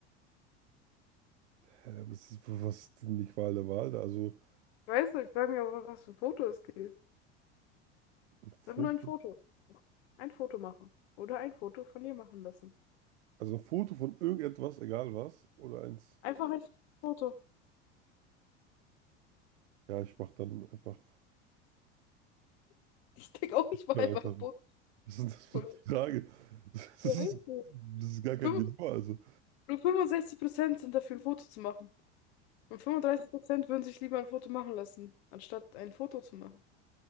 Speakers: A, on the right; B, on the left.
A: äh, was ist, was ist denn die Qual der Wahl da? Also,
B: Ich weiß nicht, ich frage mich auch, was für ein Foto es geht.
A: ein Foto,
B: Einfach nur ein Foto. Ein Foto machen. Oder ein Foto von dir machen lassen.
A: also ein Foto von irgendetwas, egal was, oder eins.
B: Einfach ein Foto. <laughs>
A: Ja, ich mach dann einfach,
B: Ich denke auch, ich mache
A: dann
B: einfach
A: einfach.
B: ein Foto.
A: Was ist denn das für
B: von
A: eine
B: mir.
A: Frage? Das
B: Ich
A: ist,
B: weiß nicht.
A: das ist gar kein
B: Fünf-
A: Dilemma. Also,
B: Nur 65% sind dafür, ein Foto zu machen. Und 35% würden sich lieber ein Foto machen lassen, anstatt ein Foto zu machen.